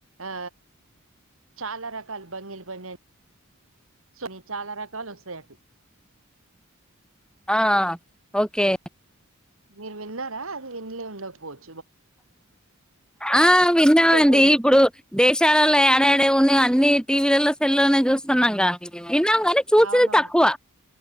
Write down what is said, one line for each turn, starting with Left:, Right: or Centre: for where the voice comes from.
Right: ఆ చాలా రకాల బంగిలు ఇన్న స చాలా రకాలు వస్తాయి అండి
Centre: ఆ ఓకే
Right: మీరు విన్నారా అది విన్ననే ఉండకపోవద్దు
Centre: ఆ విన్నామండి
Right: కొవ్వూరు
Centre: ఇప్పుడు దేశాలలో ఎడఎడ ఏమ్ ఉన్నాయో అన్ని టీవీలలో సెల్లోనే చూస్తున్నాం గా విన్నాము ని చూసింది
Right: అవునవును
Centre: తక్కువ